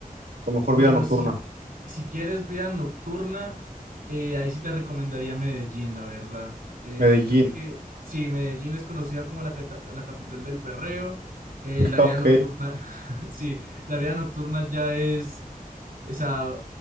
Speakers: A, on the right; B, on the right.
A: con mejor
B: Bueno,
A: vida nocturna?
B: si, si quieres vida nocturna, eh, ahí sí te recomendaría Medellín, la verdad. Eh,
A: Medellín.
B: creo que sí, Medellín es conocida como la, cata- la capital del perreo. Eh,
A: <laughs>
B: la
A: Ok,
B: vida nocturna, <laughs> sí, la vida nocturna ya es O sea,